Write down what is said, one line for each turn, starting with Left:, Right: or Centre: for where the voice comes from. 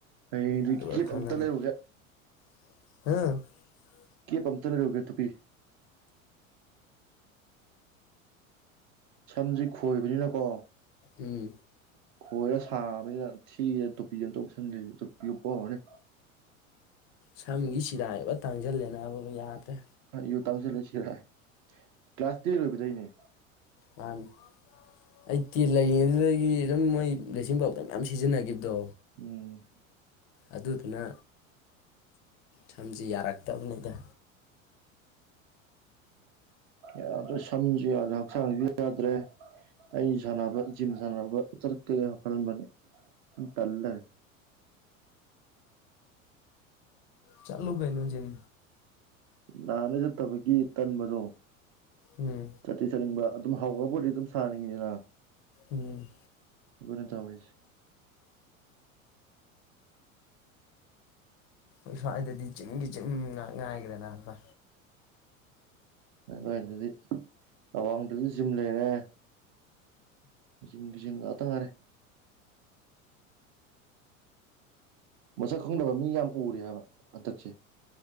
Right: ꯍꯌꯦꯡꯗꯤ
Left: ꯑꯗꯨꯒ
Right: ꯀꯦꯞ
Left: ꯈꯪꯉꯅꯤ
Right: ꯑꯝꯇ ꯂꯩꯔꯨꯒꯦ꯫
Left: <unintelligible>
Right: ꯄꯝꯇ ꯂꯩꯔꯨꯒꯦ ꯇꯨꯄꯤ ꯁꯝꯖꯤ ꯈꯣꯏꯕꯅꯤꯅꯀꯣ
Left: ꯎꯝ
Right: ꯈꯣꯏꯔ ꯁꯥꯡ ꯕꯅꯤꯅꯥ ꯊꯤ ꯔꯦ ꯇꯨꯞꯄꯤ ꯑꯝꯇ ꯎꯞꯁꯟ ꯒꯦ ꯇꯨꯄꯤ ꯎꯞꯄ ꯍꯧꯔꯅꯤ
Left: ꯁꯝꯒꯤ ꯆꯤꯔꯥꯏꯒ ꯂꯣꯢ ꯇꯥꯡꯖꯜꯂꯦ <unintelligible> ꯌꯥꯗ꯭ꯔꯦ꯫
Right: ꯑꯩꯖꯨ ꯇꯥꯡꯁꯤꯜ ꯂꯦ ꯆꯤꯔꯥꯏ ꯀ꯭ꯂꯥꯁ ꯇꯦꯟ ꯂꯣꯏꯕꯗꯩꯅꯦ꯫
Left: ꯃꯥꯅꯤ ꯑꯩ ꯇꯦꯟ ꯂꯩꯔꯤꯉꯩꯗꯨꯗꯒꯤ ꯑꯗꯨꯝ ꯃꯣꯏ ꯕꯂꯦꯁꯤꯡ ꯄꯥꯎꯗꯔ ꯃꯌꯥꯝ ꯁꯤꯖꯤꯟꯅꯈꯤꯕꯗꯣ
Right: ꯎꯝ
Left: ꯑꯗꯨꯗꯨꯅ ꯁꯝꯁꯤ ꯌꯥꯔꯛꯇꯕꯅꯤꯗ
Right: ꯌꯥꯗ꯭ꯔꯦ ꯁꯝꯁꯨ ꯌꯥꯗ꯭ꯔꯦ ꯍꯛꯆꯥꯡꯁꯨ ꯌꯥꯗ꯭ꯔꯦ ꯑꯩ ꯁꯥꯟꯅꯕ ꯖꯤꯝ ꯁꯥꯟꯅꯕ ꯆꯠꯀꯦ ꯍꯥꯏ ꯈꯜꯂꯝꯕꯅꯦ ꯇꯜꯂꯩꯔꯦ
Left: ꯆꯠꯂꯣ ꯀꯩꯅꯣ ꯖꯤꯝ
Right: ꯅꯥꯍꯥꯟꯅ ꯆꯠꯇꯕꯒꯤ ꯇꯟꯕꯗꯣ꯫
Left: ꯎꯝ
Right: ꯆꯇꯤ ꯆꯅꯤꯡꯕ ꯑꯗꯨꯝ ꯍꯧꯔꯕꯨꯗꯤ ꯑꯗꯨꯝ ꯁꯥꯅꯅꯤꯡꯏꯗꯅ꯫
Left: ꯎꯝ
Right: ꯑꯗꯨꯅꯦ ꯇꯧꯔꯤꯁꯤ꯫
Left: ꯏ ꯁ꯭ꯋꯥꯏꯗꯗꯤ ꯖꯤꯝꯒꯤ ꯖꯤꯝ ꯉꯥꯛ ꯉꯥꯏꯒ꯭ꯔꯦ ꯅꯕ
Right: ꯎꯝꯝ ꯅꫭꯏꯗꯨꯗꯤ ꯑꯋꯥꯡꯗꯁꯨ ꯖꯤꯝ ꯂꯩꯔꯦ꯫ ꯖꯤꯝꯒꯤ ꯖꯤꯝ ꯉꯥꯛꯇ ꯉꯥꯏꯔꯦ꯫ ꯃꯁꯛ ꯈꯪꯗꯕ ꯃꯤ ꯌꯥꯝ ꯎꯔꯦ ꯍꯥꯏꯕ ꯍꯟꯗꯛꯁꯦ꯫